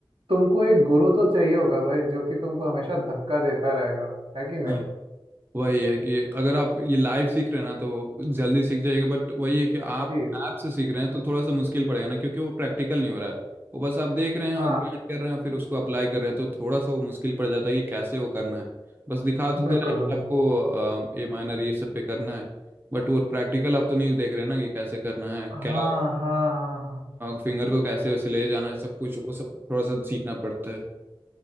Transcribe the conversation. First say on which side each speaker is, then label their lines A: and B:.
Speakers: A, on the right; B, on the right.
A: तुमको एक गुरु तो चाहिए होगा भाई जो कि तुमको हमेशा धक्का देता रहेगा है कि नहीं
B: हम्म। वही है कि अगर आप ये लाइव सीख रहे हैं ना तो वो जल्दी सीख जाएगा बट वही है कि आप
A: जी
B: ऐप से सीख रहे हैं तो थोड़ा सा मुश्किल पड़ेगा ना क्योंकि वो प्रैक्टिकल नहीं हो रहा है वो बस आप देख रहे हैं और
A: हाँ
B: ग्राइंड कर रहे हैं और फिर उसको अप्लाई कर रहे हैं तो थोड़ा सा वो मुश्किल पड़ जाता है कि कैसे वो करना है बस दिखा तो दे
A: बिल्कुल
B: रहा है कि
A: बिल्कुल
B: आपको अ, ए माइनर ये सब पे करना है बट वो प्रैक्टिकल आप तो नहीं देख रहे ना कि कैसे करना है
A: हाँ
B: क्या
A: हाँ हाँ हाँ
B: फिंगर को कैसे उसे ले जाना है सब कुछ वो सब थोड़ा सा सीखना पड़ता है